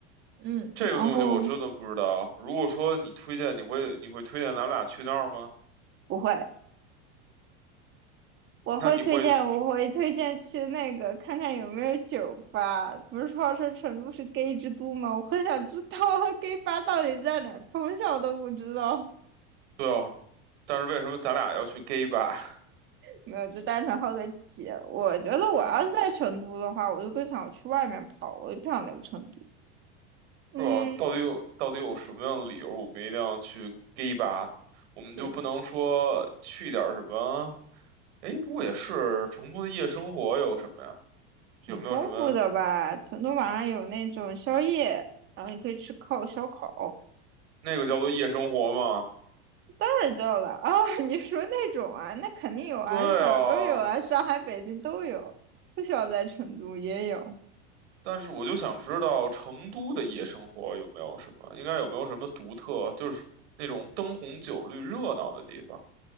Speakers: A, on the right; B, on the right.
A: 嗯，
B: 这个东西我真的不知道。
A: 然后
B: 如果说你推荐，你会你会推荐咱们俩去那儿吗？
A: 不会，我会推荐，
B: 那你会，
A: 我会推荐去那个看看有没有酒吧。不是号称成都是 gay 之都吗？我很想知道 <laughs> gay 吧到底在哪儿，从小都不知道。
B: 对哦。但是为什么咱俩要去 gay 吧？
A: 没有，就单纯好个奇。我觉得我要是在成都的话，
B: <laughs> 对啊。
A: 我就更想去外面跑了我就不想留成都。嗯，
B: 是吧？到底有到底有什么样的理由，我们一定要去 gay 吧？我们就不能说去点儿什么？
A: 对，
B: 哎，不过也是，成都的夜生活有什么呀？
A: 挺丰富的吧？
B: 有没有什么
A: 成都晚上有那种宵夜，然后你可以吃烤烧烤。
B: 那个叫做夜生活吗？
A: 太旧了啊！你说那种啊，那肯定有啊，
B: 对啊，
A: 哪儿都有啊，上海、北京都有，不需要在成都也有，
B: 但是我就想知道成都的夜生活有没有什么，应该有没有什么独特，就是那种灯红酒绿、热闹的地方。